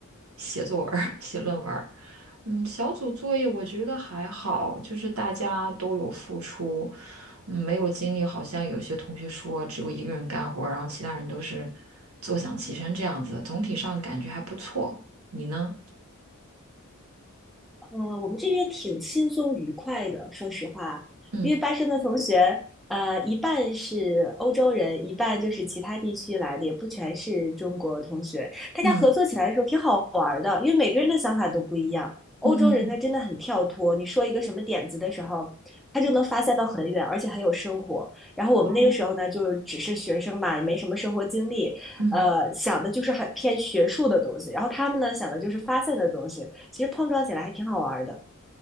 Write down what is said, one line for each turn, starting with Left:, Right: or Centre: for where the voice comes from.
Right: 写作文儿写论文儿嗯，小组作业我觉得还好，就是大家都有付出，嗯，没有精力。好像有些同学说只有一个人干活儿然后其他人都是坐享其成这样子，总体上感觉还不错。你呢？
Centre: 呃，我们这边挺轻松愉快的，说实话，
Right: 嗯
Centre: 因为巴生的同学，呃，一半是欧洲人，一半就是其他地区来的，也不全是中国同学。大家合作起来的时候挺好玩儿的，
Right: 嗯
Centre: 因为每个人的想法都不一样。欧洲人他真的很跳脱，
Right: 嗯，
Centre: 你说一个什么点子的时候，他就能发散到很远，而且很有生活。然后我们那个时候呢，
Right: 哦，
Centre: 就只是学生嘛，也没什么生活经历，
Right: 嗯。
Centre: 呃，想的就是很偏学术的东西。然后他们呢，想的就是发现的东西，其实碰撞起来还挺好玩的。